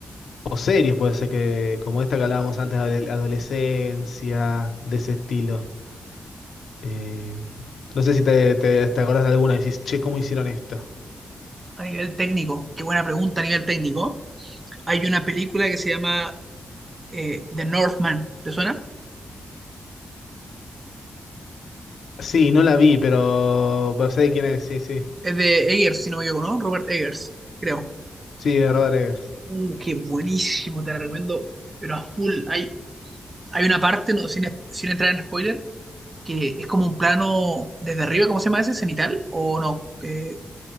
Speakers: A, on the left (about 75°); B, on the right (about 30°).
A: O series, puede ser que, como esta que hablábamos antes, de adolescencia, de ese estilo. Em, no sé si te, te, te acordás de alguna y decís, che, ¿cómo hicieron esto?
B: A nivel técnico, qué buena pregunta a nivel técnico. Hay una película que se llama eh, The Northman, ¿te suena?
A: Sí, no la vi, pero, pero sé de quién es, sí, sí.
B: Es de Eggers, si no me equivoco, ¿no? Robert Eggers, creo.
A: Sí, de Robert Eggers.
B: Uh, qué buenísimo, te la recomiendo, pero a full. Hay, hay una parte, no, sin, sin entrar en spoiler, que es como un plano desde arriba, ¿cómo se llama ese? ¿Cenital? ¿O no? Eh,